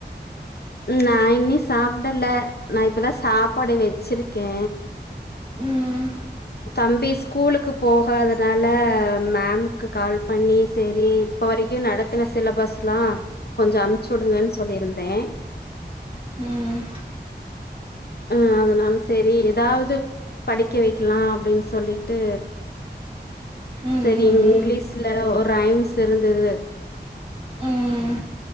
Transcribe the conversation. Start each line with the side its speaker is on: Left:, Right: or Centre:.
Left: நா இன்னி சாப்டல நா இப்பதா சாப்பாடு வெச்சிருக்கே
Right: ம்
Left: தம்பிச் ஸ்கூலுக்கு போகாதனால மேம்க்கு கால்ப் பண்ணி செரி இப்போ வரைக்கு நடத்தன சிலபஸ்லா கொஞ்சோ அம்ச்சூடுங்கன் சொல்லிருந்தே
Right: ம்
Left: அ அதனால செரி எதாவ்து படிக்க வைக்லா அப்டின் சொல்லிட்டு
Right: ம்
Left: செரி
Right: ம்
Left: இங்கிலீஷ்ல ஒரு ரைம்ஸ் இருந்தது
Right: ம்